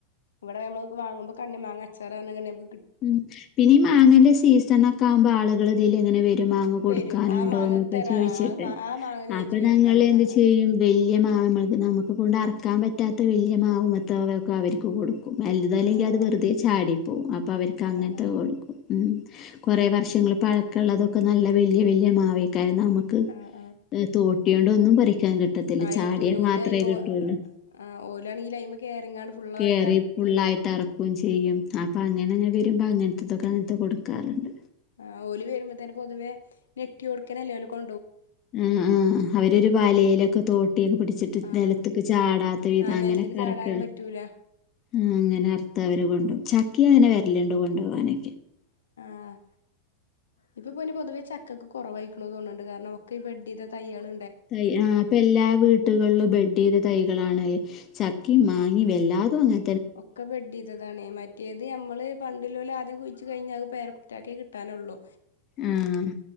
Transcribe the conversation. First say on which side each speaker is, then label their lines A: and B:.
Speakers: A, on the left; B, on the left.
A: ഇവടെ ഞമ്മൾ വാങ്ങുമ്പം കണ്ണി മാങ്ങ അച്ചാർ പർൺക്കാണ്ടെന്നെ വ്
B: ഉം പിന്നെ ഈ മാങ്ങൻ്റെ സീസൺ ഒക്കെ ആവുമ്പോ ആളുകൾ ഇതിലെ ഇങ്ങനെ വെരും മാങ്ങ കൊടുക്കാൻ
A: വരും ആ
B: ഇണ്ടോന്നൊക്കെ
A: മാങ്ങ തരാ
B: ചോയിച്ച്ട്ട്
A: ആഹ് ആ മാങ്ങ ചോയിച്ചു
B: അപ്പ
A: വരും
B: ഞങ്ങൾ
A: കണ്ണിമാങ്ങ
B: എന്ത് ചെയ്യും വെയി വല്യ മാവാ ഞമ്മൾത് ഞമ്മക്ക് കൊണ്ട് അറക്കാൻ പറ്റാത്ത വല്യ മാവുമെത്തെ അവയൊക്കെ അവർക്ക് കൊടു വെൽത് അല്ലെങ്കി
A: ആഹ്
B: അത്
A: ആഹ്
B: വെറ്തെ ചാടി പോ പോവും അ പ്പ അവര്ക്ക് അങ്ങൻത്തെ
A: അതാണ്
B: കൊട്ക്കും ഉം കൊറേ വർഷങ്ങൾ പഴക്കമുള്ളതൊക്കെ നല്ല വലിയ വലിയ മാവേ <unintelligible> നമുക്ക്
A: ആഹ് ആഹ്
B: തോട്ട <unintelligible> എന്നും പറി കിട്ടത്തില്ല
A: ആഹ്
B: ചാടിയ
A: എത്തൂല ഓല്
B: മാത്രമേ
A: ഓ
B: കിട്ടുള്ളൂ
A: ആഹ് ഓലാണെങ്കില് അയിമ്മെ കേറിങ്ങാണ്ട് ഫുള്ളായിട്ട്
B: കേറി
A: അറുത്ത്
B: ഫുള്ളായിട്ട്
A: ഇങ്ങട്ട്
B: ഇറക്കയും ചെയ്യും ആ അങ്ങനെങ്ങനെ വരുമ്പോ അങ്ങനത്തതൊക്കെ അങ്ങനത്തെ കൊടുക്കാറുണ്ട്
A: ആ ഓല് വരുമ്പോ തന്നെ പൊതുവെ നെട്ട്യോടുക്കനെല്ലേ ഓല് കൊ
B: ആ ആ അവരരു വലയിലൊക്കെ തോട്ടിയൊക്കെ പിടിച്ചിട്ട്
A: ആഹ്
B: നിലത്തക്ക് ചാടാത്ത വിധം
A: ആഹ് നെലത്ത്ക്ക്
B: അങ്ങനൊക്കെ
A: ചാടാനും
B: ഇറക്ക
A: പറ്റൂല ആഹ്
B: ആ അങ്ങനെ അർത്ത് അവര് കൊണ്ടും ചക്കി അങ്ങനെ വ ഇല്ലാണ്ട് കൊണ്ട് പോകനെ
A: ആഹ് ഇപ്പൊ പിന്നെ പൊതുവേ ചക്കക്കെ കൊറവായിക്കണന്ന് തോന്നുന്നുണ്ട് കാരണം ഒക്കെ ഈ ബഡ് തൈകള്
B: തൈ ആ അപ്പൊ എല്ലാ വീട്ടുകളിലും ബെഡ് ചെയ്ത തൈകളാണ് ചക്കി മാ ഈ വല്ലാതൊ നെ
A: ഒക്കെ ബഡെയ്തതാണേ. മറ്റേത് നമ്മള് പ ഇ ലൊ ലെ ആദ്യം കുഴച്ച് കഴിഞ്ഞാൽ അത് പേര കുട്ടിയാക്കെ കിട്ടാനുള്ളു
B: ആ